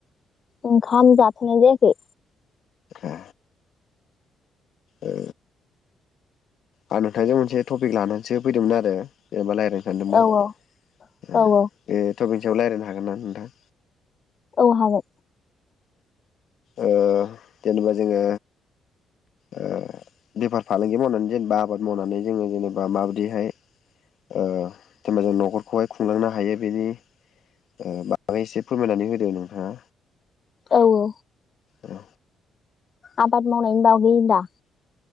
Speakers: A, on the left; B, on the left.
A: ओंखाम जाथनाय जायाखै
B: ए ओ आं नोंथांजों मोनसे टपिक लानानैसो फैदोंमोन आरो जेनेबा रायलाय नो सानदोंमोन
A: औ औ
B: बे
A: औ औ
B: तपिकनि सायाव रायलायनो हागोन ना नोंथां?
A: औ, हागोन।
B: ओ जेनेबा जोंङो ओ बेफार-फालांगि मावनानै जेनेबा आबाद मावनानै जोंङो जेने बा माबायदिहाय ओ जेनेबा जों न'खरखौहाय खुंलांनो हायो? बेनि ओ बागै एसे फोरमायनानै होदो नोंथाङा।
A: औ औ
B: औ
A: आबाद मावनायनि बागै दा?